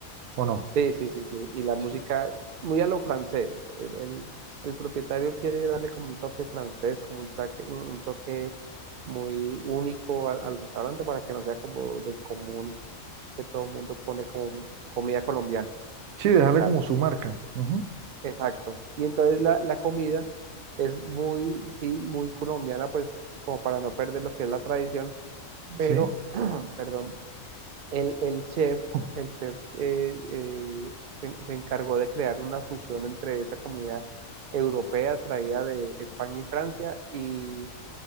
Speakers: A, on the right; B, on the right.
A: ¿O no?
B: sí, sí, sí, sí. Y la
A: Sí,
B: música muy a lo francés. El, el- el propietario quiere darle como un toque francés, como un, traque- un un toque muy único al, al restaurante para que no sea como del común que todo el mundo pone como comida colombiana
A: Sí, dejarle
B: y tal.
A: como su marca. Ujú,
B: Exacto. Y entonces la, la comida es muy, sí, muy colombiana, pues como para no perder lo que es la tradición, pero,
A: Sí.
B: <clears throat> perdón, el, el chef,
A: O
B: el chef eh, eh, se, se encargó de crear una fusión entre esa comida europea traída de España y Francia y,